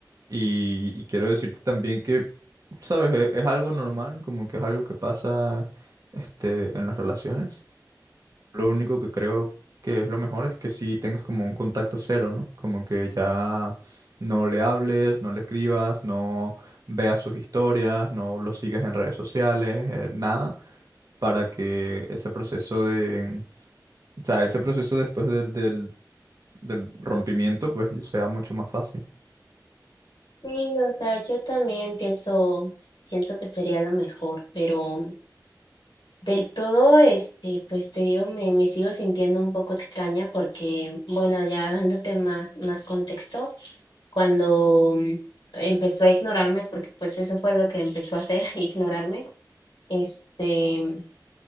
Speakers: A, on the right; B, on the left.
A: Y, y quiero decirte también que, ¿sabes? Es, es algo normal, como que es algo que pasa este, en las relaciones. Lo único que creo que es lo mejor es que si tengas como un contacto cero, ¿no? Como que ya no le hables, no le escribas, no veas sus historias, no lo sigas en redes sociales, eh, nada, para que ese proceso de, o sea, ese proceso después del, del, del rompimiento, pues sea mucho más fácil.
B: Sí, o sea, yo también pienso, pienso que sería lo mejor, pero del todo, este, pues te digo, me, me sigo sintiendo un poco extraña porque, bueno, ya dándote más, más contexto, cuando mm, empezó a ignorarme, porque pues eso fue lo que empezó a hacer, <laughs> ignorarme, este